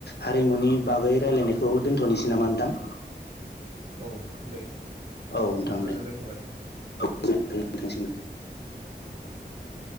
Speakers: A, on the left (about 70°); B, on the right (about 40°).
A: हारिमुनि बागै रायलायनायखौ दोन्थ'नोसै नामा नोंथां
B: औ दे
A: औ नोंथां
B: गोजोननाय
A: दे
B: थाबाय
A: औ <unintelligible>